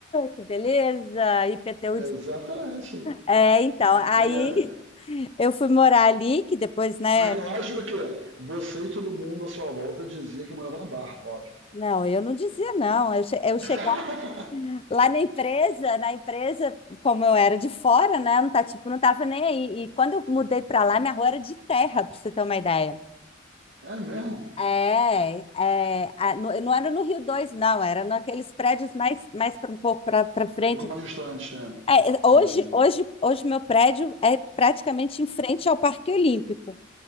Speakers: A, on the left; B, on the right.
A: que beleza, IPTU. De...
B: É exatamente.
A: É, então, aí
B: É,
A: <laughs> eu fui morar ali, que depois, né?
B: mas eu acho que o quê? Você e todo mundo à sua volta dizia que morava na Barra, óbvio.
A: Não, eu não dizia não, eu, che eu cheguei
B: <laughs>
A: lá na empresa, na empresa, como eu era de fora, né? Não tá, tipo, não tava nem aí. E quando eu mudei pra lá, minha rua era de terra, pra você ter uma ideia.
B: é mesmo?
A: É, é, a- no- não era no Rio dois, não, era naqueles prédios mais, mais pra, um pouco para para frente.
B: Um pouco mais distante, né?
A: É,
B: Sim,
A: hoje,
B: sim.
A: hoje, hoje meu prédio é praticamente em frente ao Parque Olímpico.